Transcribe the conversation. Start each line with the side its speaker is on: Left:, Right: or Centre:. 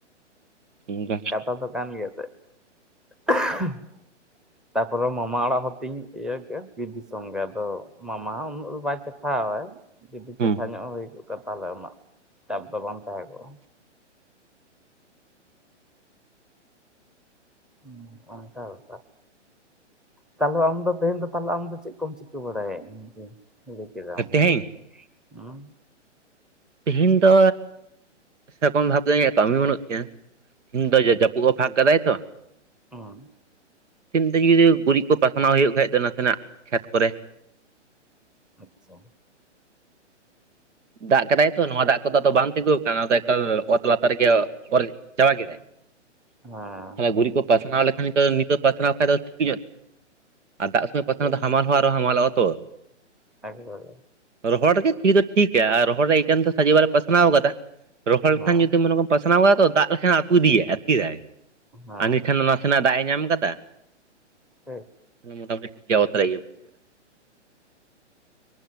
Right: ᱮᱸᱜᱟ
Centre: ᱟ <inaudible> ᱫᱚ ᱠᱟᱱ ᱜᱮᱭᱟ ᱯᱮ <unintelligible> ᱛᱟᱯᱚᱨᱮ ᱢᱟᱢᱟ ᱚᱲᱟᱜ ᱦᱚᱸ ᱛᱤᱧ ᱤᱭᱟᱹ ᱜᱮ ᱵᱤᱨ ᱫᱤᱥᱚᱢ ᱜᱮ ᱟᱫᱚ ᱢᱟᱢᱟ ᱦᱚᱸ ᱩᱱᱟᱹᱜ ᱵᱟᱭ ᱪᱟ ᱪᱴᱷᱟᱣᱟᱭ <unintelligible> ᱡᱩᱫᱤ
Right: ᱦᱮᱸ
Centre: ᱫᱮᱠᱷᱟ ᱧᱚᱜ ᱦᱩᱭ ᱠᱚᱜ ᱠᱷᱟᱱ ᱛᱟᱦᱚᱞᱮ ᱩᱱᱟᱹᱜ ᱪᱟᱯ ᱫᱚ ᱵᱟᱝ ᱛᱟᱦᱮᱸ ᱠᱚᱜᱼᱟ᱾ ᱦᱩᱸ ᱚᱱᱠᱟ ᱵᱮᱯᱟᱨ᱾ ᱛᱟᱦᱞᱮ ᱟᱢ ᱫᱚ ᱛᱮᱦᱮᱧ ᱫᱚ ᱛᱟᱦᱚᱞᱮ ᱟᱢ ᱫᱚ ᱪᱮᱫ ᱠᱚᱢ ᱪᱤᱠᱟᱹ ᱵᱟᱲᱟᱭᱟ? <inaudible> ᱠᱩᱲ <inaudible> ᱠᱮᱫᱮᱫᱟ <inaudible>
Right: ᱛᱮᱦᱮᱧ
Centre: ᱫᱚ ᱦᱩᱸ
Right: ᱛᱮᱦᱤᱧ ᱫᱚ ᱥᱮᱠᱚᱢ ᱵᱷᱟᱵᱛᱮ ᱤᱧᱟᱹᱜ ᱠᱟᱹᱢᱤ ᱵᱟᱹᱱᱩᱜ ᱛᱤᱧᱟᱹ ᱛᱤᱦᱤᱧ ᱫᱚ ᱡᱟ ᱡᱟᱹᱯᱩᱫ ᱚ <inaudible> ᱵᱷᱟᱜ ᱠᱟᱫᱟᱭ ᱛᱚ᱾
Centre: ᱦᱮᱸᱻ
Right: ᱛᱤᱱ <unintelligible> ᱛᱮ ᱜᱮ ᱡᱩᱫᱤ ᱜᱩᱨᱤᱡ ᱠᱚ ᱯᱟᱥᱱᱟᱣ ᱦᱩᱭᱩᱜ ᱠᱷᱟᱡ ᱫᱚ ᱱᱟᱥᱮᱱᱟᱜ ᱠᱷᱮᱛ ᱠᱚᱨᱮ᱿
Centre: ᱟᱪᱷᱟ
Right: ᱫᱟᱜ ᱠᱟᱫᱟᱭ ᱛᱚ ᱱᱚᱣᱟ ᱫᱟᱜ ᱠᱚᱫᱚ ᱟᱫᱚ ᱵᱟᱝ ᱛᱤᱸᱜᱩ ᱟᱠᱟᱱᱟ ᱫᱚ <unintelligible> ᱮᱠᱟᱞ ᱚᱛ ᱞᱟᱛᱟᱨ ᱨᱮᱜᱮ ᱚᱨ ᱪᱟᱵᱟ ᱠᱮᱫᱟᱭ᱾
Centre: ᱦᱮᱸ
Right: ᱛᱟᱦᱮ <inaudible> ᱜᱩᱨᱤᱡ ᱠᱚ ᱯᱟᱥᱱᱟᱣ ᱞᱮᱠᱷᱟᱱ ᱱᱤᱛᱳ ᱱᱤᱛᱳᱜ ᱯᱟᱥᱱᱟᱣ ᱠᱷᱟᱡ ᱫᱚ ᱴᱷᱤᱠ ᱧᱚᱜ ᱛᱟᱦᱮᱱᱟ ᱟᱨ ᱫᱟᱜ ᱥᱚᱢᱚᱭ
Centre: ᱴᱷᱤᱠ
Right: ᱼᱼ ᱫᱚ ᱦᱟᱢᱟᱞ ᱦᱚᱸ ᱟᱨᱚ ᱦᱟᱢᱟᱞᱼᱟ ᱛᱚ᱾
Centre: ᱮᱠ ᱵᱟᱨ,
Right: ᱨᱚᱦᱚᱲᱜᱮ ᱛᱷᱤᱠ ᱫᱚ ᱴᱷᱤᱠᱟ ᱟᱨ ᱨᱚᱦᱚᱲ ᱨᱮ ᱮᱠᱮᱱ ᱫᱚ ᱥᱡᱤ <inaudible> ᱵᱟᱞᱮ ᱯᱟᱥᱱᱟᱣ ᱠᱟᱫᱟ ᱨᱚᱦᱚᱲ ᱞᱮᱠᱷᱟᱱ
Centre: ᱦᱮᱸ
Right: ᱡᱩᱫᱤ ᱢᱚᱱ ᱠᱚ <inaudible> ᱯᱟᱥᱱᱟᱣ ᱠᱟᱫᱟ ᱛᱚ ᱫᱟᱜ ᱞᱮᱠᱷᱟᱱ ᱟ. ᱛᱩ ᱤᱫᱤᱭᱟᱭ ᱟᱹᱛᱠᱤᱨᱟᱭ
Centre: ᱦᱮᱸ
Right: ᱟᱨ ᱱᱤᱠᱷᱟᱱ <unintelligible> ᱱᱟᱥᱮ ᱱᱟᱜ ᱫᱟᱜ ᱮ ᱧᱟᱢ ᱟᱠᱟᱫᱟ ᱯᱟᱠ
Centre: ᱦᱮᱸ
Right: ᱢᱚᱴᱟᱢᱩᱴᱤ ᱴᱷᱤᱠ ᱜᱮᱭᱟ ᱛᱟᱨᱟᱭ <inaudible> ᱜᱮ ᱵᱩᱡᱮ <inaudible>